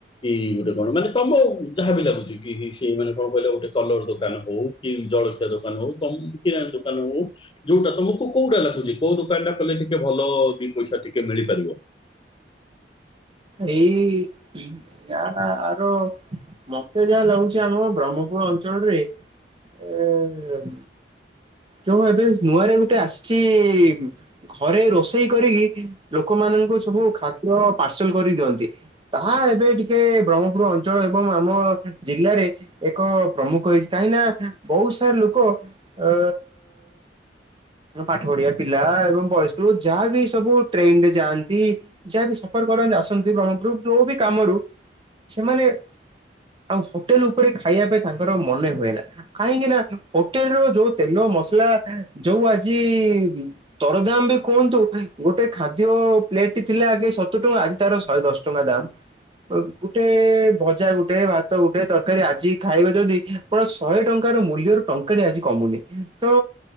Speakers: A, on the left; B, on the right.
A: ଏଇ ଗୋଟେ କଣ ମାନେ ତମ ଯାହାବ ବି ଲାଗୁଛି କି ସେଇ ମାନେ କଣ କହିଲ ଗୋଟେ କଲର ଦୋକାନ ହୋଉ। କି ଜଳଖିଆ ଦୋକାନ ହୋଉ ତମ କିରାଣ ଦୋକାନ ହୋଉ। ଯୋଉଟା ତମକୁ କୋଉଟା ଲାଗୁଛି କୋଉ ଦୋକାନ ଟା କଲେ ଟିକେ ଭଲ ଦିଇ ପଇସା ଟିକେ ମିଳିପାରିବ?
B: ଏଇ ୟା ଆର ମତେ ଯାହା ଲାଗୁଛି ଆମ ବ୍ରହ୍ମପୁର ଅଞ୍ଚଳରେ ଏ ଯୋଉ ଏବେ ନୂଆରେ ଗୋଟେ ଆସିଛି ଘରେ ରୋଷେଇ କରିକି ଲୋକମାନଙ୍କ ବୁ ସବୁ ଖାଦ୍ୟ ପାର୍ସଲ କରି ଦିଅନ୍ତି। ତାହା ଏବେ ଟିକେ ବ୍ରହ୍ମପୁର ଅଞ୍ଚଳ ଏବଂ ଆମ ଜିଲ୍ଲାରେ ଏକ ପ୍ରମୁଖ ହେଇଛି କାହିଁକି ନା ବୋହୁତ ସାରା ଲୋକ ଆ ପାଠ ପଢଆ ପିଲା ଏବଂ ବୟସ୍କୃ ଯାହାବି ସବୁ ଟ୍ରେନରେ ଯାଆନ୍ତି। ଯାହାବି ସଫର କରନ୍ତି ଆସନ୍ତି ବ୍ରହ୍ମଗ୍ରୁପ ଯୋଉ ବି କାମରୁ ସେମାନେ ଆଉ ହୋଟେଲ ଉପରେ ଖାଇବା ପାଇଁ ତାଙ୍କର ମନେ ହୁଏ ନା। କାହିଁକି ନା ହୋଟେଲ ର ଯୋଉ ତେଲ ମସଲା ଯୋଉ ଆଜି ଦରଦାମ ବି କୁହନ୍ତୁ ଗୋଟେ ଖାଦ୍ୟ ପ୍ଲେଟଟି ଥିଲା ଆଗେ ସତୁଟୁ ଆଜି ତାର ଶହେ ଦଶ ଚଙ୍ଗା ଦାମ। ଗୋଟେ ଭଜା ଗୋଟେ ଭାତ ଗୋଟେ ତରକାରୀ ଆଜି ଖାଇବେ ଯଦି ପ ଶହେ ଟଙ୍କାର ମୂଲ୍ୟରୁ ଟଙ୍କାଟି ଆଜି କମୁନି। ତ